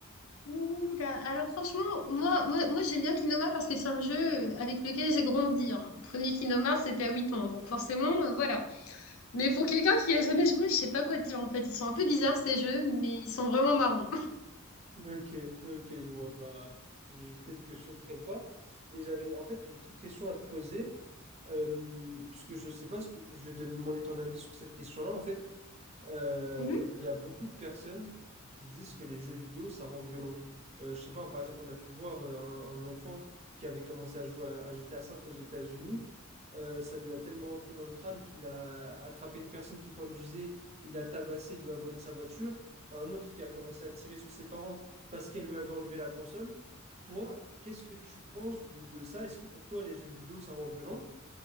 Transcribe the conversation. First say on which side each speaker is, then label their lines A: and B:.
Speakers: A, on the left (about 70°); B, on the right (about 30°).
A: Ouh là, alors franchement, moi, moi, moi j'aime bien Kingdom Hearts parce que c'est un jeu euh, avec lequel j'ai grandi. hein. Mon Premier Kingdom Hearts, c'était à 8 ans, donc forcément, euh, voilà. Mais pour quelqu'un qui a jamais joué, je sais pas quoi dire en fait. Ils sont un peu bizarres ces jeux, mais ils sont vraiment marrons.
B: Ok, ok, je vois. Bah, je- peut-être que je sauterai le pas. Et j'avais en fait une petite question à te poser, euh, parce que je sais pas, si tu- je vais te demander ton avis sur cette question-là. En fait, euh,
A: Mhm.
B: il y a beaucoup de personnes qui disent que les jeux vidéo, ça rend violent. Euh, je sais pas, par exemple, on a pu voir euh, un, un enfant qui avait commencé à jouer à, à GTA V aux États-Unis. Euh, ça lui a tellement entré dans le crâne qu'il a attrapé une personne qui conduisait, il a tabassé, il lui a volé sa voiture un autre qui a commencé à tirer sur ses parents parce qu'elle lui avait enlevé la console. Toi, qu'est-ce que tu penses de, de ça? Est-ce que pour toi, les jeux vidéo, ça rend violent?